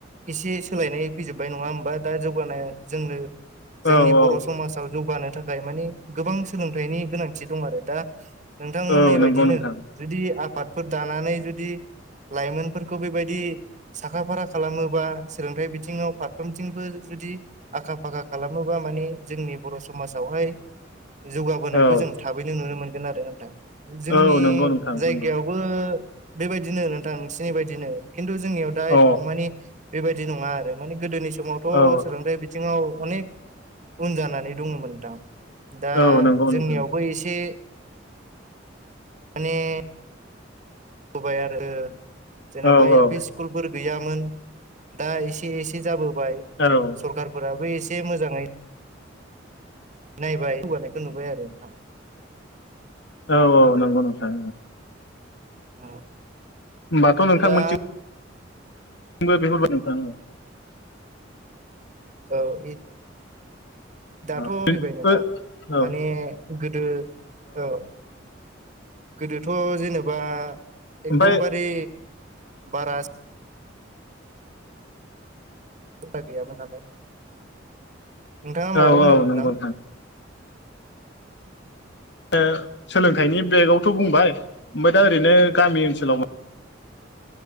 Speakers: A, on the right; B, on the left.
A: एसे सोलायनाय फैजोबबाय नङा होमबा दा जौगानाय जोंनो जोंनि
B: औ
A: बर'
B: औ
A: समाजाव जौगानो थाखाय माने गोबां सोलोंथाइनि गोनांथि दं आरो दा नोंथांमोननाय
B: औ नंगौ
A: बायदिनो
B: नोंथां
A: जुदि आफाद फोर दानानै जुदि लाइमोनफोरखौ बेबायदि साखा फारा खालामोबा सोलोंथाइ बिथिङाव फारफ्रोमथिंबो जुदि आखा फाखा खालामोबा माने जोंनि बर' समाजावहाय जौगाबोनायखौ
B: औ
A: जों थाबैनो नुनो मोनगोन आरो नोंथां जोंनि
B: औ नंगौ नोंथां
A: जायगायाव
B: नंगौ
A: बो बेबायदिनो नोंथां नोंसिनि बायदिनो खिन्थु जोंनियाव दा एथबां
B: अ
A: मानि बेबायदि नङा आरो माने गोदोनि समावथ'
B: औ
A: सोलोंथाइ बि बिथिङाव अनेक उन जानानै दङमोन दां। दा
B: औ नंगौ
A: जोंनियावबो
B: नोंथां
A: एसे माने होबाय आरो जेनेबा
B: औ
A: एल
B: औ
A: पि स्कुलफोर गैयामोन दा एसे एसे जाबोबाय
B: औ
A: सरखारफोराबो एसे मोजाङै नायबाय जौगानायखौ नुबाय आरो नोंथां।
B: औ औ नंगौ नोंथां
A: औ
B: होमबाथ' नोंथां
A: दा
B: मोनथिं बो बेफोरबायदि
A: औ दाथ'
B: औ
A: फैबाय नोंथां
B: औ औ
A: माने गोदो औ गोदोथ' जेनेबा एकदमबारे
B: ओमफ्राय
A: बारा <unintelligible> गैयामोन नालाय नोंथाङा माबा
B: औ
A: बुंदोंमोन
B: औ नंगौ
A: नोंथां?
B: ओ सोलोंथाइनि बेगावथ' बुंबाय ओमफ्राय दा ओरैनो गामि ओनसोलाव